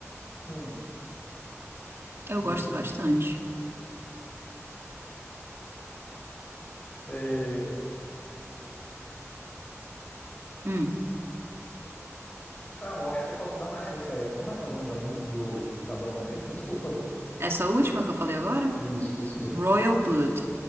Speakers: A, on the left (about 30°); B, on the right (about 50°).
A: Hum,
B: Eu
A: entendi.
B: gosto bastante.
A: É,
B: Hum,
A: ah, eu acho que eu posso dar uma chance. É, como é que é o nome da, mu- do, da banda mesmo? Desculpa.
B: essa última que eu falei agora?
A: Isso, isso mesmo.
B: Royal Blood.